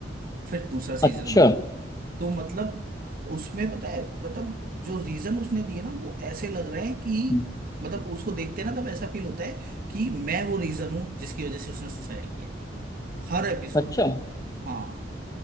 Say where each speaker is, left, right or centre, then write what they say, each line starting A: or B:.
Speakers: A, on the right; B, on the left.
A: फिर दूसरा सीजन
B: अच्छा
A: बना तो मतलब उसमें पता है मतलब जो रीजन उसने दिए ना वो ऐसे लग रहे हैं कि
B: हम्म,
A: मतलब उसको देखते ना तब ऐसा फील होता है कि मैं वो रीजन हूं जिसकी वजह से उसने सुसाइड किया है हर एपिसोड
B: अच्छा
A: हाँ